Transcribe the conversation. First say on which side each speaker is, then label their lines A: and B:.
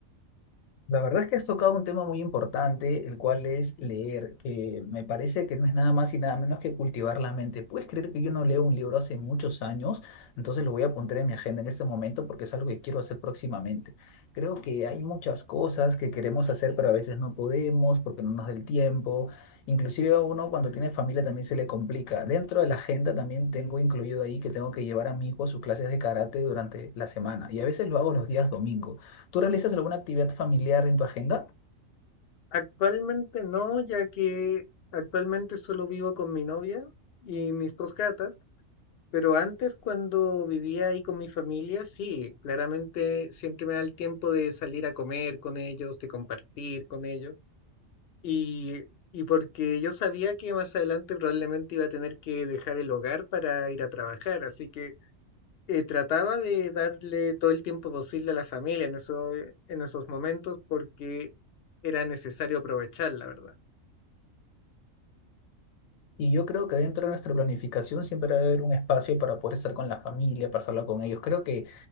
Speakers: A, on the left; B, on the left.
A: La verdad es que has tocado un tema muy importante, el cual es leer, que me parece que no es nada más y nada menos que cultivar la mente. ¿Puedes creer que yo no leo un libro hace muchos años? Entonces lo voy a apuntar en mi agenda en este momento porque es algo que quiero hacer próximamente. Creo que hay muchas cosas que queremos hacer, pero a veces no podemos porque no nos da el tiempo. Inclusive a uno cuando tiene familia también se le complica. Dentro de la agenda también tengo incluido ahí que tengo que llevar a mi hijo a sus clases de karate durante la semana y a veces lo hago los días domingos. ¿Tú realizas alguna actividad familiar en tu agenda?
B: Actualmente no, ya que actualmente solo vivo con mi novia y mis dos gatas, Pero antes, cuando vivía ahí con mi familia, sí, claramente siempre me da el tiempo de salir a comer con ellos, de compartir con ellos. Y, y porque yo sabía que más adelante probablemente iba a tener que dejar el hogar para ir a trabajar, así que eh, trataba de darle todo el tiempo posible a la familia en eso, en esos momentos porque era necesario aprovechar, la verdad.
A: Y yo creo que dentro de nuestra planificación siempre va a haber un espacio para poder estar con la familia, pasarla con ellos. Creo que